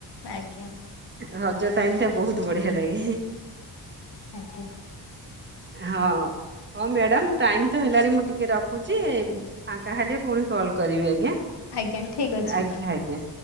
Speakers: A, on the left; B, on the right.
A: ଆଜ୍ଞା
B: ରଜ ଟାଇମ ଟା ବହୁତ ବଢିଆ ଲାଗେ
A: ଆଜ୍ଞା
B: ହଁ ହଉ ମ୍ୟାଡ଼ା ଟାଇମ ତ ହେଲାଣି ମୁଁ ଟିକେ ରଖୁଛି। ଫାଙ୍କା ହେଲେ ପୁଣି କଲ କରିବି ଆଜ୍ଞା
A: ଆଜ୍ଞା ଠିକ ଅଛି।
B: ଆଜ୍ଞା ଆଜ୍ଞା